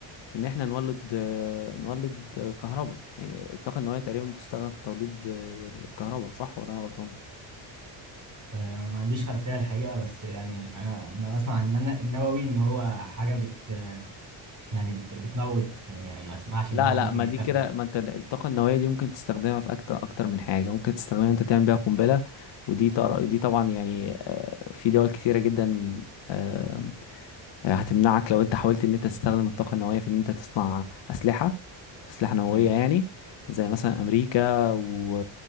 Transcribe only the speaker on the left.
في ان احنا نولد آه، نولد كهرباء يعني الطاقة النووية تقريبا بتستخدم في توليد آه، الكهرباء صح ولا انا غلطان
لا
لا
ما
دي كده ما انت الطاقة النووية دي ممكن تستخدمها في أكتر أكتر من حاجة ممكن تستخدمها انت تعمل بيها قنبلة ودي طر... دي طبعا يعني آه، في دول كتيرة جدا آه، آه، هتمنعك لو انت حاولت ان انت تستخدم الطاقة النووية في ان انت تصنع أسلحة أسلحة نووية
يعني زي مثلا أمريكا و...